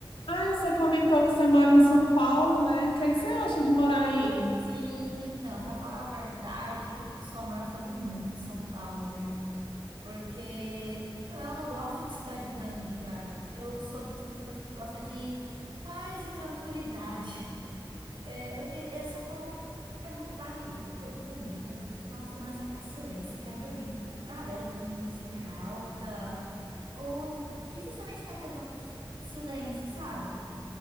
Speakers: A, on the left; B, on the right.
A: Ah, você comentou que você mora em São Paulo, né? O que é que você acha de morar aí?
B: Sim, então, pra falar a verdade, eu não sou a maior fã do mundo de São Paulo, viu? Porque, sei lá, eu não gosto de cidade grande, cara. Eu sou do tipo de pessoa que gosta de paz e tranquilidade. <laughs> É, eu que, eu- São Paulo é muito barulhenta a todo momento. Às vezes, no final de semana, você quer silêncio, você quer dormir. Tem a galera ouvindo música alta. Ou dificilmente tem aqueles momentos de silêncio, sabe?